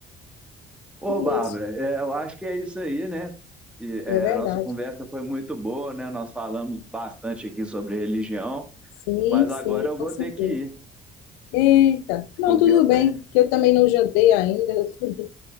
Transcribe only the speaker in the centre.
Ô,
Bárbara,
é, eu acho que é isso aí, né? E, é,
a nossa conversa foi muito boa, né? Nós falamos bastante aqui sobre religião,
mas
agora eu
vou
ter que ir,
porque
eu
tenho.